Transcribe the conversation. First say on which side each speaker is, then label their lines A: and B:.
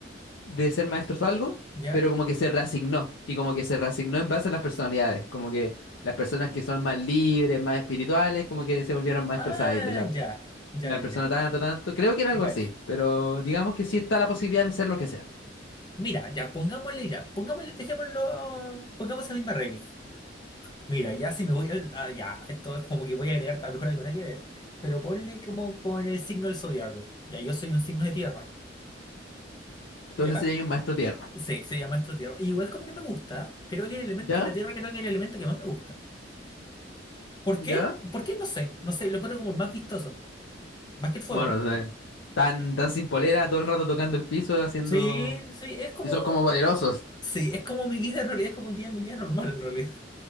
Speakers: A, on the left; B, on the left.
A: de ser maestros o algo,
B: ya.
A: pero como que se reasignó, y como que se reasignó en base a las personalidades, como que las personas que son más libres, más espirituales, como que se volvieron maestros
B: Ah,
A: aire, la,
B: ya, ya,
A: la
B: ya,
A: persona
B: ya.
A: tanto, tanto, creo que era
B: Te
A: algo
B: cacho.
A: así, pero digamos que sí está la posibilidad de ser lo que sea.
B: Mira, ya, pongámosle ya, pongámosle, dejémoslo, pongamos esa misma regla. Mira, ya si me voy al- ah, ya, esto es como que voy a agregar, a lo mejor algo nada que ver, pero ponle como con el signo del zodiaco. Ya, yo soy un signo de tierra,
A: Entonces
B: ¿ya?
A: sería un maestro tierra.
B: Sí, se llama astro tierra. Igual como que me gusta, creo que el elemento,
A: ¿Ya?
B: la tierra creo que es el elemento que más me gusta. ¿Por
A: ¿Ya?
B: qué? ¿Por qué? No sé, no sé, lo encuentro como el más vistoso, más que el fuego.
A: Bueno, eh, tan, tan sin polera, todo el rato tocando el piso, haciendo...
B: Sí, sí, es como,
A: Y son como poderosos.
B: sí, es como mi vida en realidad, es como un día en mi vida normal en realidad.